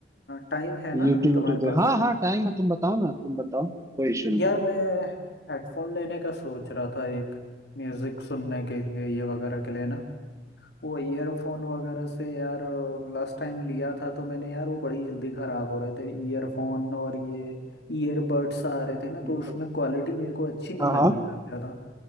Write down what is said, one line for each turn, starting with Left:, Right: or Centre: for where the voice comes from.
Left: टाइम है
Right: यूट्यूब
Left: ना अभी
Right: यूट्यूब
Left: तुम्हारे
Right: देख
Left: पास
Right: हाँ हाँ टाइम है तुम बताओ ना तुम बताओ कोई इशू नहीं
Left: यार
Right: है
Left: मैं हेडफोन लेने का सोच रहा था एक म्यूजिक सुनने के लिए ये वगैरह के लिए ना वो ईयरफोन वगैरह से यार लास्ट टाइम लिया था तो मैंने यार वो बड़ी जल्दी खराब हो रहे थे ईयरफोन और ये ईयरबड्स आ रहे थे ना
Right: हम्म,
Left: तो उसमें क्वालिटी मेरे को अच्छी नहीं
Right: हाँ
Left: लगी
Right: हाँ
Left: ज़्यादा